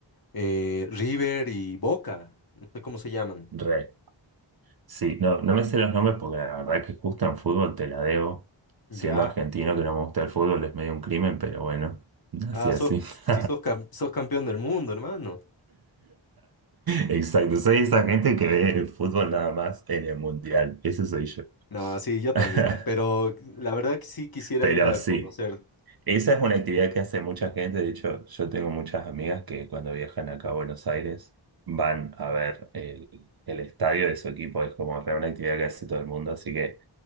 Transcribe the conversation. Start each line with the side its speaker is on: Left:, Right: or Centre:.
Left: eh, River y Boca, no sé cómo se llaman.
Right: Re. Sí, no, no me sé los nombres porque la verdad que justo en fútbol te la debo.
Left: Ya.
Right: Siendo argentino que no me gusta el fútbol es medio un crimen, pero bueno, así
Left: Ah,
Right: así.
Left: sos, si
Right: <laughs>
Left: sos, cam- sos campeón del mundo, hermano.
Right: Exacto, soy esa gente que ve el fútbol nada más en el mundial. Ese soy yo.
Left: No, sí, yo
Right: <laughs>
Left: también, pero la verdad que sí quisiera
Right: Pero
Left: ir a
Right: sí,
Left: conocer,
Right: esa es una actividad que hace mucha gente. De hecho, yo tengo muchas amigas que cuando viajan acá a Buenos Aires van a ver el, el estadio de su equipo. Es como re una actividad que hace todo el mundo, así que...